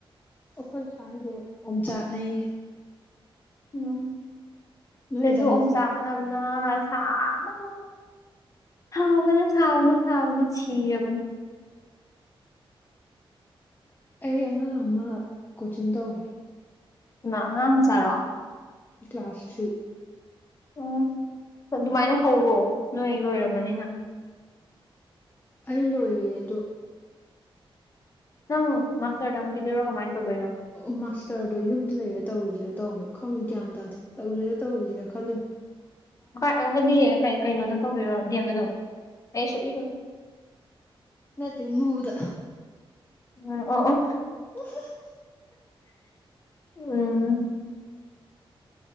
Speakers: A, on the left (about 20°); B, on the left (about 35°).
A: ꯑꯩꯈꯣꯏ ꯁ꯭ꯋꯥꯏꯁꯦ ꯑꯣꯝꯆꯥꯛꯅꯩꯌꯦ
B: ꯎꯝ
A: ꯅꯣꯏ
B: ꯁꯤꯁꯨ
A: ꯑꯗꯥꯏꯗꯤ
B: ꯑꯣꯝꯆꯥꯛ ꯅꯝꯅ ꯁꯥ ꯑꯃꯅ ꯊꯕꯅ ꯊꯥꯎꯅ ꯊꯕꯅ ꯁꯤꯔꯕꯅꯤ
A: ꯑꯩ ꯑꯉꯥꯡ ꯑꯃ ꯀꯣꯆꯤꯡ ꯇꯧꯔꯦ
B: ꯎꯅꯥ ꯑꯉꯥꯡ ꯑꯃ ꯆꯥꯔꯣ
A: ꯀ꯭ꯂꯥꯁꯥꯁ ꯊ꯭ꯔꯤ
B: ꯎꯝ ꯑꯗꯨꯃꯥꯏꯅ ꯍꯧꯔꯣ ꯅꯣꯏ ꯂꯣꯏꯔꯕꯅꯤꯅ
A: ꯑꯩ ꯂꯣꯏꯔꯦꯗꯣ
B: ꯅ ꯃꯥꯁꯔ ꯇ ꯃꯨ ꯈꯈꯤꯗꯔ ꯀꯃꯥꯏꯅ ꯇꯧꯗꯣꯏꯅꯣ
A: ꯑꯣ ꯑꯣ ꯃꯥꯁꯇꯔꯗꯣ ꯌꯨꯝꯗ ꯂꯩꯔꯦ ꯇꯧꯔꯨꯁꯤꯔ ꯇꯧꯅꯤ ꯈꯪꯗꯦ ꯒ꯭ꯌꯥꯟ ꯇꯥꯗꯦ ꯇꯧꯁꯤꯔ ꯇꯧꯔꯨꯁꯤꯔ ꯈꯜꯂꯤ
B: ꯑꯣ ꯍꯥꯏꯗꯤ ꯀꯩꯅꯣꯗ ꯇꯧꯕꯤꯔꯣ ꯗꯦꯝꯗ ꯑꯗꯨꯝ ꯑꯩ ꯁꯣꯛꯏ ꯁ
A: ꯅꯠꯇꯦ ꯃꯗ
B: ꯎ ꯑꯣ ꯑꯣ <inaudible>
A: ꯑ <unintelligible> <inaudible>
B: ꯎꯝ